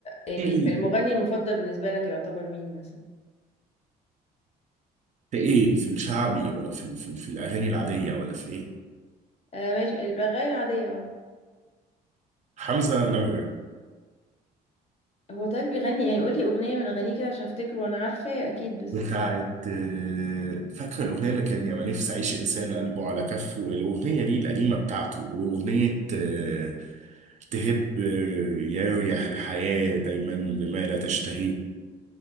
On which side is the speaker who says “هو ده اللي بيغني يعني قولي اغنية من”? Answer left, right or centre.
Left